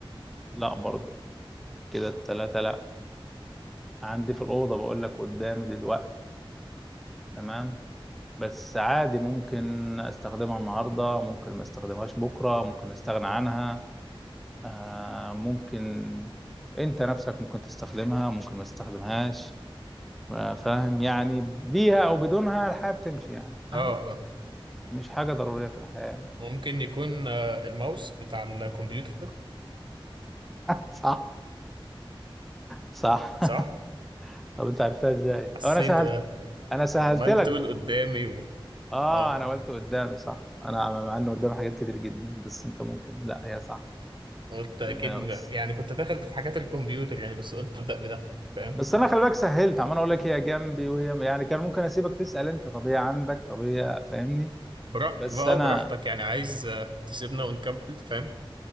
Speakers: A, in the centre; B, on the right (about 55°).
A: لا برضه كده التلاتة لا عندي في الأوضة بقول لك قدامي دلوقتي تمام بس عادي ممكن استخدمها النهاردة ممكن ما استخدمهاش بكرة ممكن استغنى عنها آه ممكن انت نفسك ممكن تستخدمها ممكن ما تستخدمهاش فاهم يعني بيها او بدونها الحياه بتمشي يعني فاهم
B: اه اه
A: مش حاجه ضروريه في الحياه يعني.
B: ممكن يكون آه، الماوس بتاع الكمبيوتر
A: صح صح
B: صح
A: <laughs> طب انت عرفتها ازاي
B: حسيت
A: أو انا سهلت
B: آه،
A: انا سهلت
B: عمال
A: لك
B: تقول قدامي و...
A: اه
B: اه
A: انا قلت قدامي صح انا مع انه قدامي حاجات كتير جدا بس انت ممكن لا هي صح
B: قلت
A: الماوس
B: اكيد بقى. يعني كنت داخل في حاجات الكمبيوتر يعني بس قلت ابدا بده فاهم
A: بس انا خلي بالك سهلت عمال اقول لك هي جنبي وهي يعني كان ممكن اسيبك تسال انت طب هي عندك طب هي فاهمني
B: برا...
A: بس
B: ما هو
A: انا
B: براحتك يعني عايز آه، تسيبنا ونكمل فاهم